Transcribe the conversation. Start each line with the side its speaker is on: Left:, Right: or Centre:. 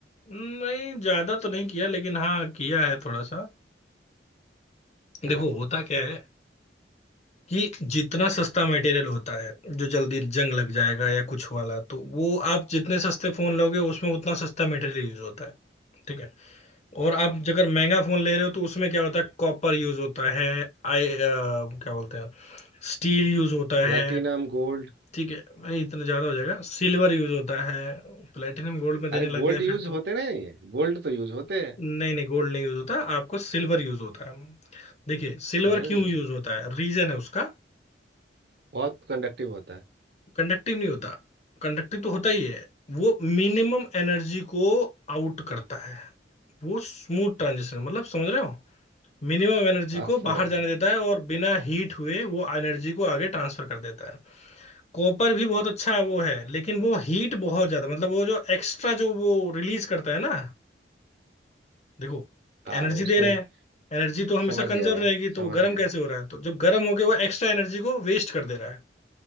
Left: नहीं ज्यादा तो नहीं किया लेकिन हाँ किया है थोड़ा सा
Right: है
Left: देखो
Right: ना
Left: होता क्या है कि जितना सस्ता मटेरियल होता है जो जल्दी जंग लग जाएगा या कुछ वाला तो वो आप जितने सस्ते फोन लोगे उसमें उतना सस्ता मटेरियल यूज होता है ठीक है और आप अगर महंगा फोन ले रहे हो तो उसमें क्या होता है कॉपर यूज होता है आई अ, क्या बोलते हैं स्टील यूज होता
Right: Platinum
Left: है
Right: gold
Left: ठीक है नहीं, इतना ज्यादा हो जाएगा सिल्वर यूज होता है प्लेटिनम गोल्ड में देने
Right: अरे
Left: लग
Right: गोल्ड
Left: गए
Right: यूज
Left: फिर तो
Right: होते नहीं गोल्ड तो यूज होते हैं
Left: नहीं नहीं गोल्ड नहीं यूज होता आपको सिल्वर यूज होता है देखिए सिल्वर
Right: सिल्वर
Left: क्यों
Right: यूज
Left: यूज
Right: होते
Left: होता
Right: हैं
Left: है रीजन है उसका
Right: बहुत कंडक्टिव होता है
Left: कंडक्टिव नहीं होता कंडक्टिव तो होता ही है वो मिनिमम एनर्जी को आउट करता है वो स्मूथ ट्रांजिशन मतलब समझ रहे हो मिनिमम एनर्जी
Right: आज
Left: को
Right: समझ
Left: बाहर
Right: गया
Left: जाने देता है और बिना हीट हुए वो एनर्जी को आगे ट्रांसफर कर देता है कॉपर भी बहुत अच्छा वो है लेकिन वो हीट बहुत ज्यादा मतलब वो जो एक्स्ट्रा जो वो रिलीज करता है ना देखो
Right: हाँ
Left: एनर्जी
Right: उसमें
Left: दे रहे हैं एनर्जी तो हमेशा
Right: समझ गया
Left: कंजर्व
Right: मैं
Left: रहेगी
Right: समझ
Left: तो वो गर्म
Right: गया
Left: कैसे हो रहा है तो जब गर्म होके वो एक्स्ट्रा एनर्जी को वेस्ट कर दे रहा है